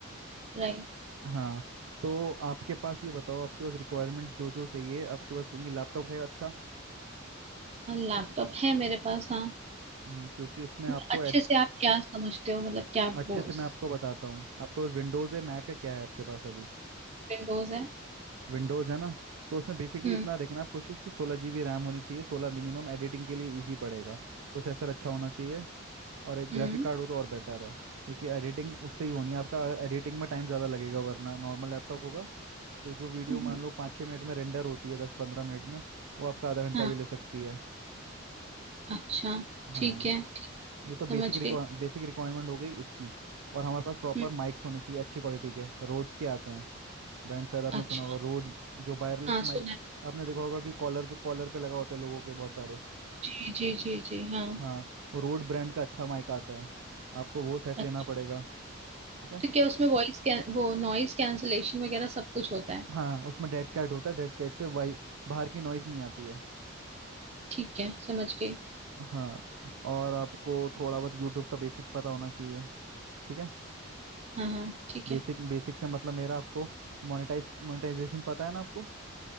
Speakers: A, on the right; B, on the right.
A: राइट
B: हाँ तो आपके पास ये बताओ आपके पास रिक्वायरमेंट्स जो जो चाहिए आपके पास होंगी लैपटॉप है अच्छा
A: लैपटॉप है मेरे पास हाँ
B: हम्म, क्योंकि उसमें
A: मतलब
B: आपको
A: अच्छे
B: एड
A: से आप क्या समझते हो मतलब क्या बोस
B: अच्छे से मैं आपको बताता हूँ आपके पास विंडोज़ है मैक है क्या है आपके पास अभी
A: विंडोज है
B: विंडोज़ है ना तो उसमें बेसिकली
A: हम्म
B: इतना देखना आप कोशिश कि सोलह जी बी रैम होनी चाहिए सोलह मिनिमम एडिटिंग के लिए ईजी पड़ेगा प्रोसेसर अच्छा होना चाहिए और एक ग्राफिक
A: हम्म
B: कार्ड हो तो और बेटर है क्योंकि एडिटिंग उससे ही होनी है आपका एडिटिंग में टाइम ज़्यादा लगेगा वरना नॉर्मल लैपटॉप होगा तो जो वीडियो
A: हम्म,
B: मान लो पाँच छः मिनट में रेंडर होती है दस पंद्रह मिनट में वो आपका आधा घंटा
A: हाँ
B: भी ले सकती है
A: अच्छा
B: हाँ
A: ठीक है ठीक
B: ये तो बेसिक
A: समझ
B: रिक्वा
A: गई
B: बेसिक रिक्वायरमेंट हो गई इसकी और हमारे पास प्रॉपर
A: हम्म
B: माइक्स होने चाहिए अच्छी क्वालिटी के रोड्स के आते हैं ब्रांड शायद आपने
A: अच्छा
B: सुना होगा रोड जो वायरलेस
A: हाँ सुना
B: माइक
A: है।
B: आपने देखा होगा कि कॉलर पे कॉलर पे लगा होता है लोगों के बहुत सारे
A: जी जी जी जी हाँ
B: हाँ वो रोड ब्रांड का अच्छा माइक आता है आपको वो सेट लेना
A: अच्छा,
B: पड़ेगा ठीक है
A: तो क्या उसमें वॉइस क्या वो नॉइस कैंसलेशन वगैरह सब कुछ होता है
B: हाँ उसमें डेड कैट होता है डेड कैट से वाई बाहर की नॉइज नहीं आती है
A: ठीक है समझ गई
B: हाँ और आपको थोड़ा बहुत यूट्यूब का बेसिक पता होना चाहिए ठीक है
A: हाँ हाँ ठीक
B: बेसिक
A: है
B: बेसिक से मतलब मेरा आपको मोनेटाइज मोनेटाइजेशन पता है ना आपको